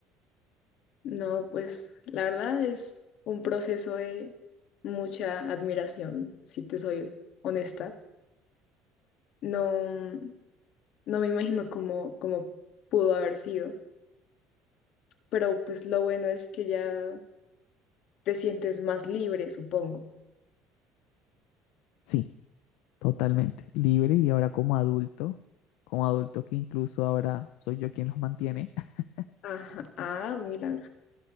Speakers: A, on the left; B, on the left.
A: No, pues la verdad es un proceso de mucha admiración, si te soy honesta. No, no me imagino cómo, cómo pudo haber sido, pero pues lo bueno es que ya te sientes más libre, supongo.
B: Sí, totalmente. Libre y ahora como adulto, como adulto que incluso ahora soy yo quien los mantiene. <laughs>
A: Ajá, ah, mira,